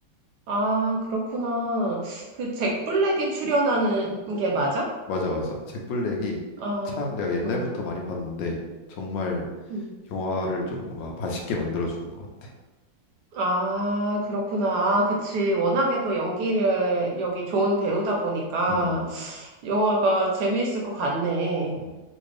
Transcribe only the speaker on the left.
맞아, 맞아. 잭 블랙이
참 내가 옛날부터
많이 봤는데 정말
영화를 좀 뭔가 맛있게 만들어주는 것 같아.
음,
음.